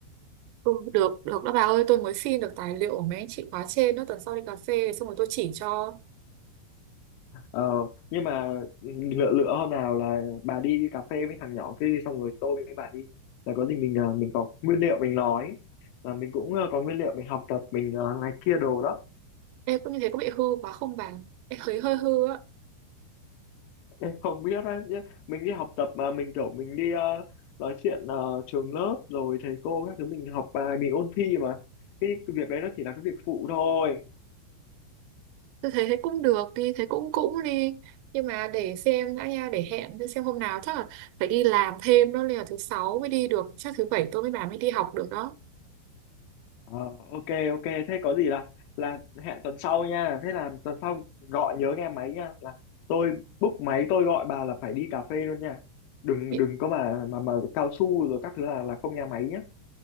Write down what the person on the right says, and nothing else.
Ừ, được được đó bà ơi tôi mới xin được tài liệu của mấy anh chị khóa trên đó tuần sau đi cà phê xong rồi tôi chỉ cho
em cũng như thế có bị hư quá không bà em thấy hơi hư á
tôi thấy thế cũng được đi thế cũng cũng đi nhưng mà để xem đã nha để hẹn để xem hôm nào chắc là phải đi làm thêm đó nên là thứ sáu mới đi được chắc thứ bảy tôi với bà mới đi học được đó
Bi-